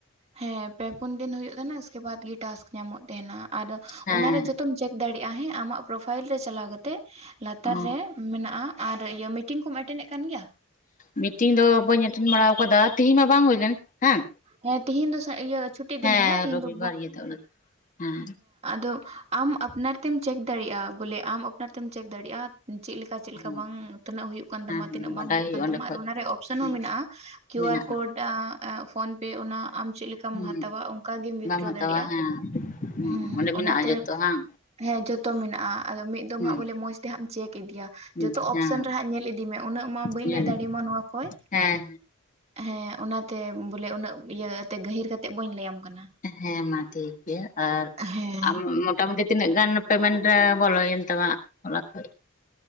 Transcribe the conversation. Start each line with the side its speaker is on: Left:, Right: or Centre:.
Right: ᱦᱮᱸ ᱯᱮ ᱯᱩᱱ ᱫᱤᱱ ᱦᱩᱭᱩᱜ ᱛᱟᱦᱮᱱᱟ ᱩᱥᱠᱮ ᱵᱟᱫᱽ ᱜᱮ ᱴᱟᱥᱠ ᱧᱟᱢᱚᱜ ᱛᱟᱦᱮᱱᱟ ᱾ᱟᱫᱚ
Left: ᱦᱮᱸ
Right: ᱚᱱᱟᱨᱮ ᱡᱚᱛᱚᱢ ᱪᱮᱠ ᱫᱟᱲᱮᱭᱟᱜᱼᱟ ᱦᱮᱸ ᱟᱢᱟᱜ ᱯᱨᱚᱯᱷᱟᱭᱤᱞ ᱨᱮ ᱪᱟᱞᱟᱣ ᱠᱟᱛᱮᱜ ᱞᱟᱛᱟᱨ
Left: ᱚ
Right: ᱨᱮ ᱢᱮᱱᱟᱜᱼᱟ ᱟᱨ ᱤᱭᱟᱹ ᱢᱤᱴᱤᱝ ᱠᱚᱢ ᱮᱴᱮᱱᱰ ᱮᱫ ᱠᱟᱱ ᱜᱮᱭᱟ?
Left: ᱢᱤᱴᱤᱝ ᱫᱚ ᱵᱟᱹᱧ ᱮᱴᱮᱱ ᱵᱟᱲᱟᱣ ᱟᱠᱟᱫᱟ ᱛᱤᱦᱤᱧ ᱢᱟ ᱵᱟᱝ ᱦᱩᱭ ᱞᱮᱱ᱾ ᱦᱩᱸ
Right: ᱦᱮᱸ ᱛᱤᱦᱤᱧ ᱫᱚ ᱤᱭᱟᱹ ᱪᱷᱩᱴᱤ
Left: ᱦᱮᱸ
Right: ᱫᱤᱱ ᱠᱟᱱᱟ ᱛᱤᱦᱤᱧ
Left: ᱨᱚᱵᱤᱵᱟᱨ
Right: ᱫᱚ
Left: ᱜᱮᱫᱚᱜ ᱞᱟᱹᱜᱤᱫ ᱦᱮᱸ
Right: ᱫᱚ ᱟᱢ ᱟᱯᱱᱟᱨ ᱛᱮᱢ ᱪᱮᱠ ᱫᱟᱲᱮᱭᱟᱜᱼᱟ ᱵᱚᱞᱮ ᱟᱢ ᱟᱯᱱᱟᱨ ᱛᱮᱢ ᱪᱮᱠ ᱫᱟᱲᱮᱭᱟᱜᱼᱟ ᱪᱮᱫ ᱛᱟ ᱞᱮᱠᱟ ᱪᱮᱫ
Left: ᱦᱮᱸ
Right: ᱞᱮᱠᱟ ᱵᱟᱝ ᱛᱤᱱᱟᱹᱜ ᱦᱩᱭᱩᱜ ᱠᱟᱱ ᱛᱟᱢᱟ
Left: ᱦᱮᱸ
Right: ᱛᱤᱱᱟᱹᱜ
Left: ᱵᱟᱰᱟᱭ
Right: ᱵᱟᱝ ᱦᱩᱭᱩᱜ
Left: ᱦᱩᱭᱩᱜᱼᱟ
Right: ᱠᱟᱱ
Left: ᱚᱸᱰᱮ
Right: ᱛᱟᱢᱟ
Left: ᱠᱷᱚᱡ
Right: ᱟᱨ ᱚᱱᱟᱨᱮ ᱚᱯᱥᱮᱱ
Left: ᱦᱮᱸ
Right: ᱦᱚᱸ ᱢᱮᱱᱟᱜᱼᱟ᱾ ᱠᱤᱭᱩ
Left: ᱢᱮᱱᱟᱜᱼᱟ
Right: ᱟᱨ ᱠᱳᱰ ᱟᱸ ᱮᱸ ᱯᱷᱳᱱ ᱯᱮ ᱚᱱᱟ ᱟᱢ ᱪᱮᱫ ᱞᱮᱠᱟ ᱠᱟᱢ
Left: ᱦᱩᱸ
Right: ᱦᱟᱛᱟᱣᱟ ᱚᱱᱠᱟ ᱜᱮᱢ ᱩᱭᱤᱛᱷᱰᱨᱚ
Left: ᱵᱟᱢ ᱦᱟᱛᱟᱣᱟ
Right: ᱫᱟᱲᱮᱭᱟᱜᱼᱟ᱾
Left: ᱦᱮᱸ
Right: ᱦᱩᱸ ᱦᱩᱸ
Left: ᱚᱸᱰᱮ ᱢᱮᱱᱟᱜᱼᱟ
Right: ᱚᱱᱟᱛᱮ
Left: ᱡᱚᱛᱚ ᱦᱟᱝ
Right: ᱦᱮᱸ ᱡᱚᱛᱚ ᱢᱮᱱᱟᱜᱼᱟ ᱟᱫᱚ ᱢᱤᱫ ᱫᱚᱢ
Left: ᱦᱩᱸ
Right: ᱦᱟᱸᱜ ᱵᱚᱞᱮ ᱢᱚᱸᱡᱽ ᱛᱮ ᱦᱟᱜ ᱪᱮᱠ ᱤᱫᱤᱭᱟ᱾
Left: ᱦᱩᱸ
Right: ᱡᱚᱛᱚ
Left: ᱦᱮᱸ
Right: ᱚᱯᱷᱥᱮᱱ ᱨᱮ ᱦᱟᱸᱜ ᱧᱮᱞ ᱤᱫᱤ ᱢᱮ ᱩᱱᱟᱹᱜ ᱢᱟ ᱵᱟᱹᱧ
Left: ᱧᱮᱞᱟᱹᱧ
Right: ᱞᱟᱹᱭ ᱫᱟᱲᱮᱣᱟᱢᱟ ᱱᱚᱣᱟ ᱠᱷᱚᱡ᱾
Left: ᱦᱮᱸ
Right: ᱦᱮᱸ ᱚᱱᱟᱛᱮ ᱵᱚᱞᱮ ᱩᱱᱟᱹᱜ ᱤᱭᱟᱹ ᱟᱛᱮ ᱜᱟᱹᱦᱤᱨ ᱠᱟᱛᱮᱜ ᱵᱟᱹᱧ ᱞᱟᱹᱭᱟᱢ ᱠᱟᱱᱟ᱾
Left: ᱦᱮᱸ ᱢᱟ ᱴᱷᱤᱠ ᱜᱮᱭᱟ᱾ ᱟᱨ
Right: ᱦᱮᱸ
Left: ᱟᱢ ᱢᱚᱴᱟᱢᱩᱴᱤ ᱛᱤᱱᱟᱹᱜ ᱜᱟᱱ- ᱯᱮᱢᱮᱱᱴ ᱵᱚᱞ ᱮᱱ ᱛᱟᱢᱟ ᱦᱚᱞᱟ ᱠᱷᱟᱡ?